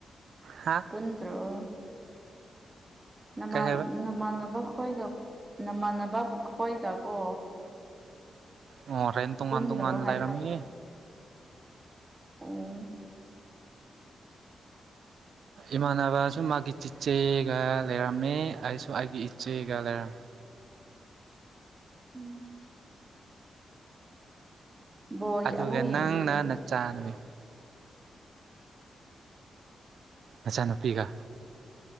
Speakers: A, on the right (about 70°); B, on the right (about 20°).
A: ꯍꯥꯥ
B: ꯄꯨꯟꯗ꯭ꯔꯣ ꯅꯃꯥꯟ
A: ꯀꯩ ꯍꯥꯏꯕ
B: ꯅꯃꯥꯟꯅꯕ ꯈꯣꯏꯒ ꯅꯃꯥꯟꯅꯕ ꯈꯣꯏꯒ ꯀꯣ
A: ꯑꯣ ꯍꯣꯔꯦꯟ ꯇꯣꯉꯥꯟ
B: ꯄꯨꯟꯗ꯭ꯔꯣ
A: ꯇꯣꯉꯥꯟ
B: ꯍꯥꯏꯕ
A: ꯂꯩꯔꯝꯅꯤ
B: ꯑꯣ
A: ꯏꯃꯥꯟꯅꯕꯁꯨ ꯃꯥꯒꯤ ꯆꯤꯆꯦꯒ ꯂꯩꯔꯝꯃꯦ ꯑꯩꯁꯨ ꯑꯩꯒꯤ ꯏꯆꯦꯒ ꯂꯩꯔꯝꯃꯤ
B: ꯎꯝ ꯕꯣꯜ
A: ꯑꯗꯨꯒ
B: ꯑꯃꯨꯛ ꯌꯦꯡꯗꯣꯏꯔꯣ
A: ꯅꯪꯅ ꯅꯆꯥ ꯅꯃꯤ ꯅꯆꯥꯅꯨꯄꯤꯒ